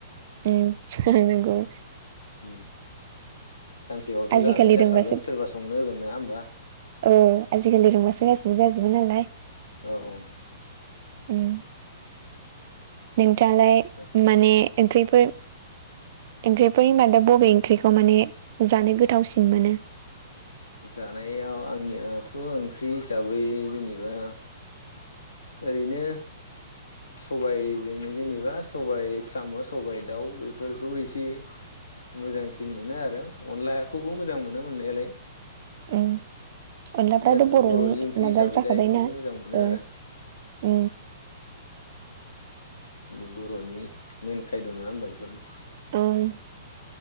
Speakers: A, on the right; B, on the left.
A: उम <inaudible> नांगौ
B: उम सानसेबाबोथ'
A: आजिखालि
B: जानाय जाखागोन
A: रोंबासो
B: सोरबा संनो होगोन नङा होमबा
A: औ आजिखालि रोंबासो गासैबो जाजोबो नालाय
B: औ औ
A: उम नोंथालाय
B: ओ
A: माने ओंख्रिफोर ओंख्रिफोर इयान दा बबे ओंख्रिखौ माने जानो गोथावसिन मोनो
B: जानायाव आंनियाथ' ओंख्रि हिसाबै जेनेबा ओरैनो सबायजों जेनेबा सबाय साम' सबाइ दाउ बेफोरखौ एसे मोजांसिन मोनो आरो अनलाखौबो मोजां मोनो मोननायालाय
A: उम अनलाफ्राथ'
B: बिदि आरो
A: बर'नि
B: ओंख्रि
A: माबा
B: हिसाबै
A: जाखाबायना
B: दा बेफोरखौ मोजां मोनो
A: ओ
B: आरो
A: उ
B: बे बर'नि मेन खायद' नङा होमबा बेफोरनो
A: ओं